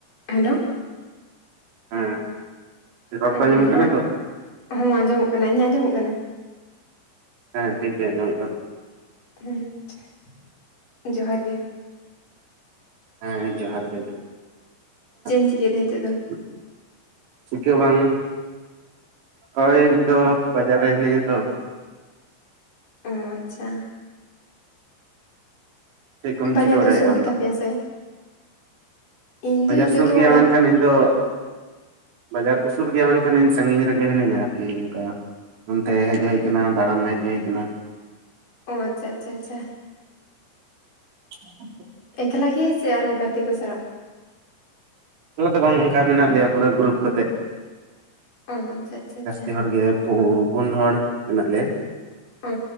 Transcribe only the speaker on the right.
ᱦᱮᱸ᱾ ᱨᱚᱲ
ᱠᱚ ᱟᱸᱡᱚᱢᱚᱜ ᱠᱟᱱᱟ
ᱛᱚ
ᱦᱮᱸ, ᱴᱷᱤᱠ ᱜᱮ ᱟᱸᱡᱚᱢᱚᱜ ᱠᱟᱱᱟ᱾
ᱦᱮᱸ ᱡᱚᱦᱟᱨ ᱜᱮ᱾
<inaudible>
ᱪᱤᱠᱟᱹ ᱵᱟᱝ ᱳᱭ ᱤᱧ ᱫᱚ ᱵᱟᱡᱟᱨ ᱨᱮ ᱦᱤᱱᱟᱹᱧᱟ ᱛᱚ᱾
ᱪᱮᱫ ᱠᱚᱢ
ᱪᱤᱠᱟᱹ ᱵᱟᱲᱟᱭᱮᱫᱼᱟ
ᱟᱢ
ᱵᱟᱡᱟᱨ
ᱥᱩᱨ
ᱜᱮᱭᱟ
ᱢᱮᱱᱠᱷᱟᱱ, ᱤᱧ ᱫᱚ ᱵᱟᱡᱟᱨ ᱫᱚ ᱥᱩᱨ ᱜᱮᱭᱟ ᱢᱮᱱᱠᱷᱟᱱ, ᱤᱧ ᱥᱟᱺᱜᱤᱧ ᱨᱮᱜᱮ ᱦᱤᱱᱟᱹᱧᱟ ᱟᱨᱠᱤ ᱚᱱᱠᱟ᱾ ᱚᱱᱛᱮ ᱦᱮᱡ ᱦᱳᱭ ᱠᱟᱱᱟ ᱫᱟᱬᱟᱱ ᱦᱮᱡ ᱦᱳᱭ ᱠᱟᱱᱟ᱾
<inaudible>
ᱮᱠᱞᱟ ᱫᱚ ᱵᱟᱝ ᱚᱱᱠᱟ ᱢᱮᱱᱟᱜ ᱞᱮᱭᱟ ᱯᱩᱨᱟᱹ ᱜᱨᱩᱯ ᱠᱟᱛᱮᱫ᱾
ᱡᱟᱹᱥᱛᱤ ᱦᱚᱲ ᱜᱮ ᱯᱩ, ᱯᱩᱱ ᱦᱚᱲ ᱢᱮᱱᱟᱜ ᱞᱮᱭᱟ᱾